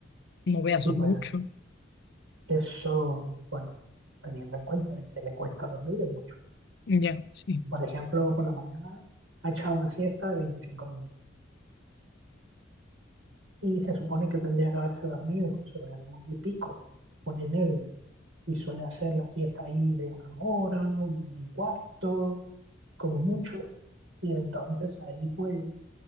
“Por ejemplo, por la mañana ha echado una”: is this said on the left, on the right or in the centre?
Right